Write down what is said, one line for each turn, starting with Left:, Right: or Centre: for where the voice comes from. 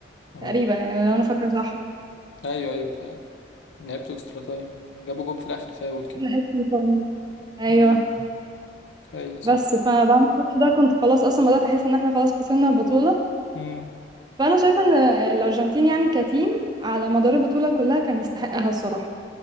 Left: اه
Right: تقريبا يعني لو انا فاكره صح
Left: ايوه ايوه بتاع لعبتوا اكسترا تايم جابوا جون في الاخر فاول كده
Right: الحس بتاعنا. ايوه
Left: امم ايوه صح
Right: بس فبعد الماتش ده كنت خلاص اصلا بدات احس ان احنا خلاص خسرنا البطوله
Left: امم
Right: فانا شايفه ان الارجنتين يعني كتيم على مدار البطوله كلها كان يستحقها الصراحه